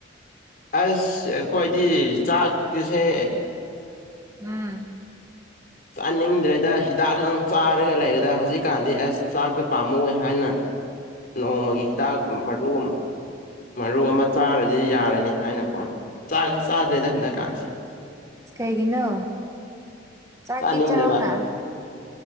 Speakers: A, on the left; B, on the right.
A: ꯑꯁ ꯑꯈꯣꯏꯗꯤ ꯆꯥꯛꯀꯤꯁꯦ
B: ꯎꯝ
A: ꯆꯥꯅꯤꯡꯗ꯭ꯔꯦꯗ ꯍꯤꯗꯥꯛ ꯈꯛꯇꯪ ꯆꯥꯔꯒ ꯂꯩꯔꯦꯗ ꯍꯧꯖꯤꯛꯀꯥꯟꯗꯤ ꯑꯁ ꯆꯥꯛꯇꯣ ꯄꯥꯝꯃꯣꯏ ꯍꯥꯏꯅ ꯅꯣꯡꯃꯥꯒꯤ ꯍꯤꯗꯥꯛ ꯃꯔꯨꯝ ꯃꯔꯨ ꯑꯃꯥ ꯆꯥꯔꯗꯤ ꯌꯥꯔꯅꯤ ꯍꯥꯏꯅꯀꯣ ꯆꯥꯛꯁꯤ ꯆꯥꯗ꯭ꯔꯦꯗ ꯍꯟꯗꯛꯀꯥꯟꯁꯤ
B: ꯀꯩꯒꯤꯅꯣ ꯆꯥꯛꯀꯤ
A: ꯆꯥꯅꯤꯡꯗꯕ
B: ꯆꯥꯎꯅ